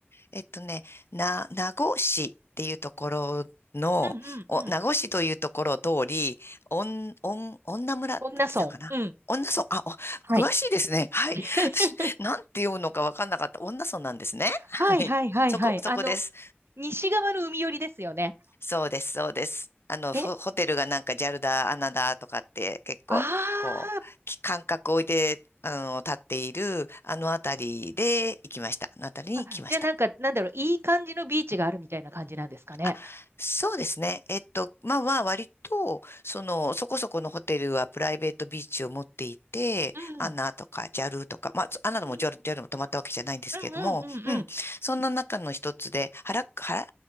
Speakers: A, on the left; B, on the right.
A: えっとね、な、名護市っていうところの、
B: うんうんうん。
A: お、名護市というところを通り、おん、おん、女村って言ってたかな。
B: 恩納村。うん。
A: 女村、あ、お
B: はい。
A: 詳しいですね。はい。
B: <laughs>
A: 私、なんて読むのかわかんなかった。女村なんですね。
B: はいはいはいはい。
A: はい。そこ、そこです。
B: あの、西側の海寄りですよね。
A: そうです、そうです。あの、
B: え、
A: ホホテルがなんかジャルだ、アナだとかって結構、
B: あー
A: こう、き間隔を置いて、あの、立っている、あのあたりで行きました。あのあたりに行きました。
B: あ、じゃあなんか、なんだろう、いい感じのビーチがあるみたいな感じなんですかね。
A: あ、そうですね。えっと、まあまあ、割と、その、そこそこのホテルはプライベートビーチを持っていて、
B: うん。
A: アナとかジャルとか、
B: う
A: まあ、アナでもジャル
B: ん
A: JAL も泊まったわけじゃないんですけれども、
B: うんうんうんうん。
A: うん、そんな中の一つで、ハ原、クハラ